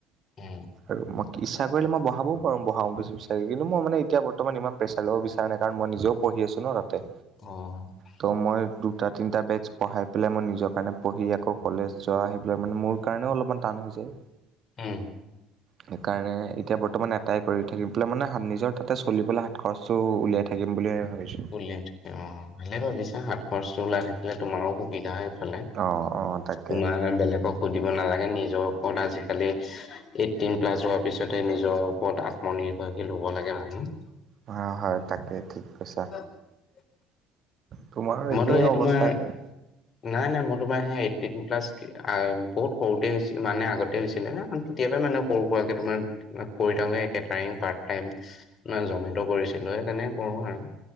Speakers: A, on the left; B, on the right.
A: উম,
B: আৰু মই ইচ্ছা কি কৰিলে মই বহাবও পাৰো বহাও বিচাৰি কিন্তু মই মানে এতিয়া বৰ্তমান ইমান প্ৰেছাৰ ল'ব বিচ ৰা নাই কাৰণ মই নিজেও পঢ়ি আছো ন' তাতে।
A: অ',
B: ত' মই দুটা তিনটা বেচ পঢ়াই পেলাই মই নিজৰ কাৰণে পঢ়ি আকৌ কলেজ যোৱা আহি পাই মানে মোৰ কাৰণেও অলপমান টান হৈ যায়।
A: উম,
B: সেইকাৰণে এতিয়া বৰ্তমান এটাই কৰি থাকি পেলাই মানে হাত নিজৰ তাতে চলিবলৈ হাত খৰচ চো উলিয়াই থাকিম বুলি ভাবিছোঁ।
A: উলিয়াই থয় অ, ভালেই ভাবিছা সাত খৰচটো ওলাই থাকিলে তোমাৰো সুবিধা হয়। ফালে,
B: অঁ অঁ তাকে
A: তোমাৰ হে বেলেগক সুধিব নালাগে নিজৰ <unintelligible> আজিকালি টিন প্লাছ হোৱাৰ পিছতে নিজৰ ওপৰত আত্মনিৰ্ভৰশীল হ'ব লাগে মানুহ।
B: হয়, হয়, তাকে ঠিক কৈছা।
A: <unintelligible>
B: তোমাৰো একেই
A: মইতো সেই
B: অৱস্থা
A: তোমাৰ
B: এটাই।
A: নাই নাই, মই তোমাৰ সেই এইটটিন প্লাছ, বহুত সৰুতে হৈছে মানে আগতে <unintelligible> তেতিয়াৰ কাৰণে সৰু সুৰাকে তোমাৰ, কেটাৰিং পাৰ্ট। এণ্ড, মই জমেট' কৰিছিলো সেই তেনে কৰোঁ আৰু।